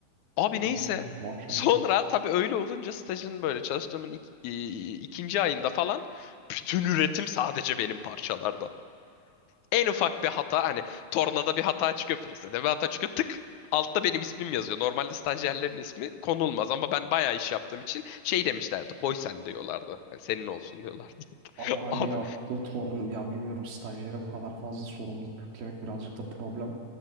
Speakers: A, on the left; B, on the right.
A: Abi neyse.
B: Yani maşallah.
A: Sonra tabii öyle olunca stajın böyle çalıştığımın ik- i- ikinci ayında falan bütün üretim sadece benim parçalarda. En ufak bir hata hani tornada bir hata çıkıyor presede bir hata çıkıyor tık. Altta benim ismim yazıyor. Normalde stajyerlerin ismi konulmaz ama ben bayağı iş yaptığım için şey demişlerdi. Koy sen diyorlardı. Yani senin olsun diyorlardı.
B: Ama
A: <laughs>
B: hani
A: Abi
B: yaptığı torun ya bilmiyorum stajyere bu kadar fazla sorumluluk yüklemek birazcık da problem.